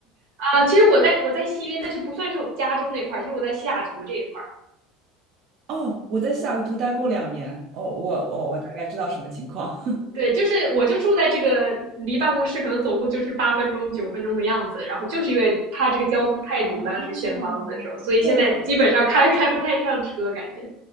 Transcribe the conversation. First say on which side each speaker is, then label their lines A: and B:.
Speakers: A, on the right (about 80°); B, on the right (about 45°).
A: 啊、呃其实我在我在西边，但是不算是我家中那块儿，其实我在西雅图这一块儿。
B: 哦，我在西雅图待过两年，哦，我我我大概知道什么情况。<laughs>
A: 对，就是我就住在这个离办公室可能走路就是八分钟、九分钟的样子，然后就是因为怕这个交通太堵，
B: 哦，
A: 当时选房子的时候，所以现在基本上开开不太上车，
B: 对了，
A: 感觉。